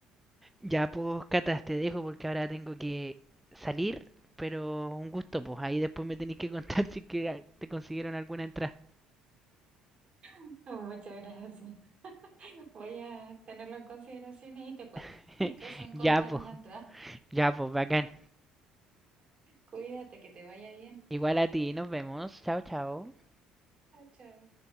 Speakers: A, in the centre; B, on the right.
A: Ya, pues, Cata, te dejo porque ahora tengo que salir, pero un gusto, pues. Ahí después me tenéis que contar <laughs> si que ah, te consiguieron alguna entrada.
B: <laughs> Muchas gracias. Voy a tenerlo en consideración y ahí te cuento
A: <laughs>
B: <laughs> en caso de encontrar
A: Ya, pues,
B: una entrada.
A: ya, pues, bacán.
B: Cuídate, que te vaya bien.
A: Igual a ti, nos vemos. Chao, chao.
B: Chao, chao.